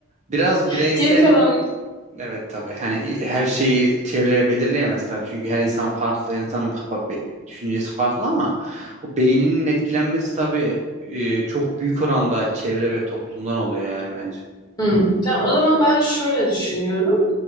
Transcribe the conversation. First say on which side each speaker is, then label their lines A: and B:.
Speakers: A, on the right (about 35°); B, on the left (about 20°).
A: biraz
B: <laughs>
A: bireysel
B: geri kalan.
A: evet tabii. Hani her şeyi çevreye belirleyemez tabii. Çünkü her insan farklı, her insanın kafa be- düşüncesi farklı ama o beyninin etkilenmesi tabii e, çok büyük oranda çevre ve toplumdan oluyor yani bence.
B: Hmm, tamam o zaman ben şöyle düşünüyorum.